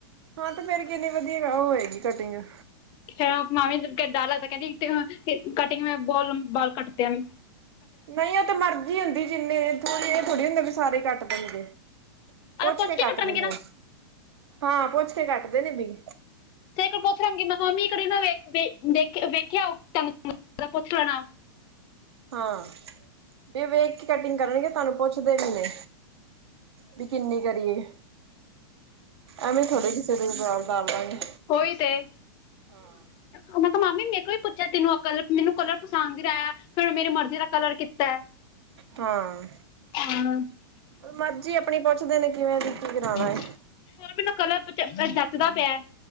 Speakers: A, on the right (about 75°); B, on the left (about 35°).
A: ਹਾਂ ਤੇ ਫੇਰ ਕਿੰਨੀ ਵਧੀਆ ਉਹ ਹੋਏਗੀ ਕਟਿੰਗ।
B: ਫੇਰ ਓ ਮਾਮੀ ਡਰ ਲੱਗਦਾ, ਕਹਿੰਦੀ ਕਟਿੰਗ ਮੈਂ ਬਹੁ ਲੰ ਬਾਲ ਕੱਟਤੇ ਮੇ
A: ਨਹੀਂ ਉਹ ਤਾਂ ਮਰਜ਼ੀ ਹੁੰਦੀ ਜਿੰਨੇ ਥੋੜੇ ਏ ਥੋੜ੍ਹੀ ਹੁੰਦੇ ਵੀ ਸਾਰੇ ਕੱਟ ਦਣਗੇ। ਪੁੱਛ
B: ਅਰੇ
A: ਕੇ ਕੱਟ
B: ਕੱਟਣਗੇ
A: ਦਿਨੇ
B: ਨਾ
A: ਆ, ਹਾਂ ਪੁੱਛ ਕੇ ਕੱਟਦੇ ਦਿਨੇ ਬੀ
B: ਤੇ ਪੁੱਛ ਲਾਂਗੇ ਮੈਂ ਮੰਮੀ ਨਾ ਵਖ ਵੇਖਿਆ ਉਹਨੂੰ ਪੁੱਛ ਲੈਣਾ।
A: ਹਾਂ ਵੀ ਵੇਖ ਕੇ ਕਟਿੰਗ ਕਰਨਗੇ ਤੁਹਾਨੂੰ ਪੁੱਛਦੇ ਵੀ ਨੇ ਵੀ ਕਿੰਨੀ ਕਰੀਏ ਐਵੇਂ ਥੋੜੇ ਕਿਸੇ ਦੇ ਜੋਬ ਕਰ ਲਾਂਗੇ
B: ਓਈ ਤੇ।
A: ਹਾਂ।
B: ਓ ਮੈਂ ਕੈ ਮਾਮੀ ਮੇਰੇ ਕੋਲ ਵੀ ਪੁੱਛਿਆ ਤਨੂੰ ਆ ਕਲਰ ਮੈਨੂੰ ਕਲਰ ਪਸੰਦ ਆ ਗਿਆ, ਫੇਰ ਓ ਮੇਰੀ ਮਰਜ਼ੀ ਦਾ ਕਲਰ ਕੀਤਾ ਐ। <inaudible>
A: ਹਾਂ।
B: ਅਨ
A: ਮਰਜ਼ ਆਪਣੀ ਪੁੱਛਦੇ ਨੇ। ਕਿਵੇਂ
B: ਹੋਰ
A: ਦੀ ਕੀ ਕਰਾਉਣਾ ਹੈ
B: ਮੈਨੂੰ ਕਲਰ ਪਚਅ ਐ ਜੱਚਦਾ ਪਿਐ।